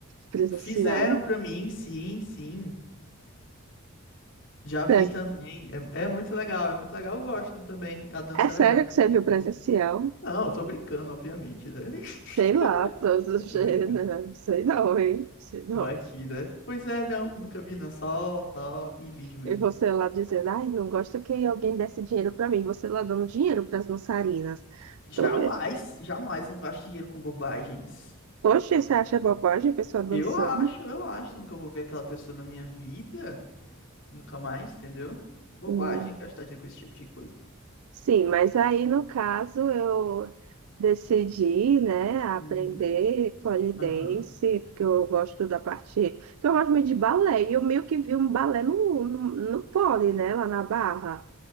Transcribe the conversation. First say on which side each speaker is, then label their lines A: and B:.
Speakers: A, on the right; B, on the left.
A: presencial?
B: Fizeram pra mim, sim, sim. Já vi
A: Pres-
B: também. É, é muito legal, é muito legal, eu gosto também. A dança
A: É sério
B: é legal, é bonita.
A: que você viu o presencial?
B: Não, eu tô brincando, obviamente, né? <laughs>
A: Sei lá, todos os
B: Eu tô
A: gêneros.
B: brincando.
A: Sei não, hein? Sei não.
B: Vai que, né? Pois é, não, nunca vi, não. Só, só em vídeo mesmo.
A: E você lá dizendo, ai, não gosta que alguém desse dinheiro pra mim. Você lá dando dinheiro pras dançarinas.
B: Jamais,
A: Tô...
B: jamais não gasto dinheiro com bobagens.
A: Poxa, você acha bobagem a pessoa dançando?
B: Eu acho, eu acho. Nunca vou ver aquela pessoa na minha vida. Nunca mais, entendeu? Bobagem
A: Hum.
B: gastar dinheiro com esse tipo de coisa.
A: Sim, mas aí no caso eu decidi, né, aprender
B: Uhum.
A: pole dance
B: Aham.
A: porque eu gosto da parte. porque Eu gosto muito de balé, e eu meio que vi um balé no, no, no pole, né, lá na Barra.